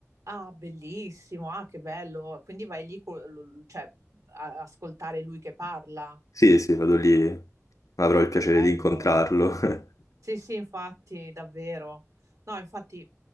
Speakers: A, on the right; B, on the left.
A: Ah, bellissimo, ah, che bello. Quindi vai lì co- lo- cioè, a ascoltare lui che parla.
B: Sì, sì, vado lì, avrò il piacere
A: Bello.
B: di incontrarlo. <laughs>
A: Sì, sì, infatti, davvero. No, infatti,